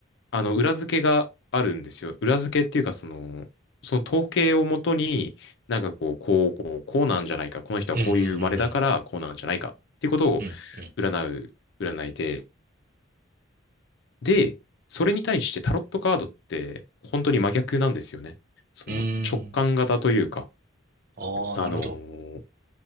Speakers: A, on the left (about 60°); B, on the right (about 45°).
A: あの、裏付けがあるんですよ。裏付けっていうか、その、その統計をもとに、なんかこう、こう、こう、こうなんじゃないか。この人はこういう生まれだから、
B: うんうん
A: こうなんじゃないか。っていうことを
B: うんうん。うんうん。
A: 占う、占いで。で、それに対してタロットカードって、本当に真逆なんですよね。その、
B: うーん。
A: 直感型というか、
B: ああ、
A: あのー
B: なるほど。